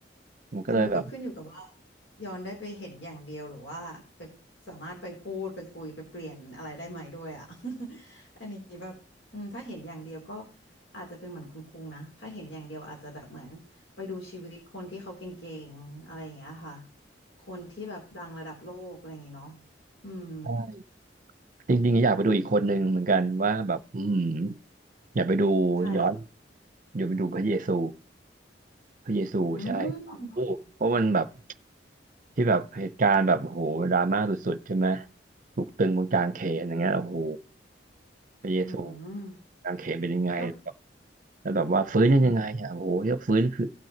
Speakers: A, on the right (about 50°); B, on the left (about 85°).
A: มันก็เลยแบบ
B: แล้วมันก็ขึ้นอยู่กับว่าย้อนได้ไปเห็นอย่างเดียวหรือว่าไปสามารถไปพูดไปคุยไปเปลี่ยนอะไรได้ไหมด้วยอ่ะ <laughs> อันนี้แบบอืมถ้าเห็นอย่างเดียวก็อาจจะเป็นเหมือนคุณคุงนะถ้าเห็นอย่างเดียวอาจจะแบบเหมือนไปดูชีวิตคนที่เขาเก่งๆอะไรอย่างเงี้ยค่ะคนที่แบบดังระดับโลกอะไรอย่างเงี้ยเนาะอืม
A: ใช่จริงๆอยากไปดูอีกคนหนึ่งเหมือนกันว่าแบบอืมอยากไปดู
B: ใช่หรอก
A: ย้อนอยากไปดูพระเยซูพระเยซูใช่
B: อืม
A: โอ้เพราะมันแบบ ที่แบบเหตุการณ์แบบโอ้โหดราม่าสุดๆใช่ไหมถูกตึงบนกลางเขนอย่างเงี้ยโอ้โหพระเยซู
B: อืม
A: กลางเขนเป็นยังไงแบบ
B: แล้ว
A: แล้วแบบว่าฟื้นยังไงอ่ะโอ้โหเรียกฟื้นคือ
B: อืม